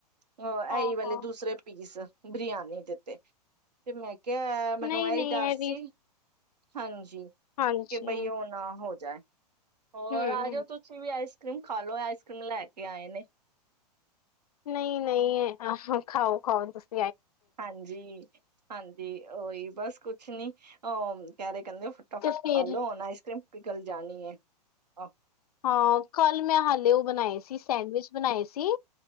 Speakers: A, on the right; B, on the left.
A: ਹ
B: ਹਾਂ
A: ਐਹੀ ਵਾਲੇ
B: ਹਾਂ
A: ਦੂਸਰੇ ਪੀਸ ਬਰਿਆਨੀ ਦਿੱਤੇ ਤੇ ਮੈਂ ਕਿਹਿਆ ਮੈਨੂੰ
B: ਨਹੀਂ
A: ਇਹੀ
B: ਨਹੀਂ
A: ਡਰ
B: ਇਹ ਵੀ
A: ਸੀ। ਹਾਂਜੀ, ਜੀ
B: ਹਾਂਜੀ
A: ਕਿ ਬਈ ਉਹ ਨਾ ਹੋ ਜਾਏ। ਹੋਰ
B: ਹੂੰ।
A: ਆ ਜਾਓ, ਤੁਸੀਂ ਵੀ ਆਈਸ ਰੀਮ ਖਾ ਲੋ ਆਈਸ ਕਰ੍ਰੀਮ ਲੈ ਕੇ ਆਏ ਨੇ।
B: ਨਹੀਂ ਨਹੀਂ, ਖਾਓ ਖਾਓ ਤੁਸੀ,
A: ਹਾਂਜੀ, ਹਾਂਜੀ ਉਹੀ ਬਸ ਕੁਛ ਨੀ ਅ ਕਹਿ ਰਹੇ। ਕਹਿੰਦੇ ਫਟਾਫਟ
B: ਤੇ ਫਿਰ
A: ਖਾਲੋ ਆਈਸਕ੍ਰੀਮ, ਕੋ ਗੱਲ ਜਾਣੀ ਹੈ ਆਹੋ।
B: ਹਾਂ ਕੱਲ ਮੈਂ ਹਾਲੇ ਉਹ ਬਣਾਏ ਸੀ ਸੈਂਡਵਿਚ ਬਣਾਏ ਸੀ